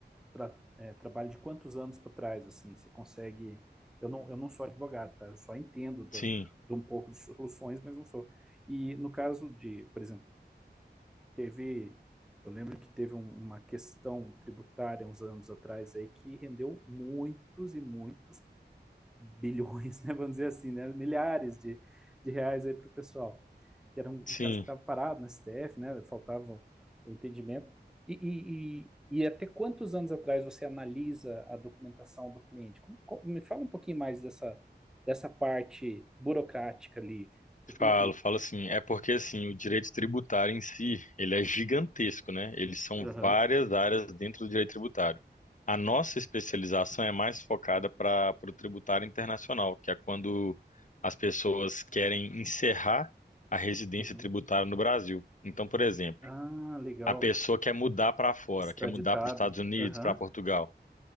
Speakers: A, in the centre; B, on the left.
A: tra- é, trabalha de quantos anos para trás assim? Você consegue? Eu não, eu não sou advogado, tá? Eu só entendo da-
B: Sim,
A: de um pouco de soluções, mas não sou. E no caso de, por exemplo Teve, eu lembro que teve um- uma questão tributária uns anos atrás aí que rendeu muitos e muitos bilhões, <laughs> né? Vamos dizer assim, né? Milhares de, de reais aí para o pessoal, que era um,
B: sim.
A: um caso que estava parado no STF, né? Faltava o entendimento. E, e, e, e até quantos anos atrás você analisa a documentação do cliente? Como- como- me fala um pouquinho mais dessa, dessa parte burocrática ali. Você tem
B: Falo,
A: que.
B: falo assim. É porque assim, o direito tributário em si, ele é gigantesco, né? Eles são
A: Aham.
B: várias áreas dentro do direito tributário. A nossa especialização é mais focada para o tributário internacional, que é quando as pessoas querem encerrar a residência
A: Uhum.
B: tributária no Brasil. Então, por exemplo,
A: Ah, legal.
B: a pessoa quer mudar para fora,
A: Extraditado.
B: quer mudar para os Estados Unidos,
A: Aham.
B: para Portugal.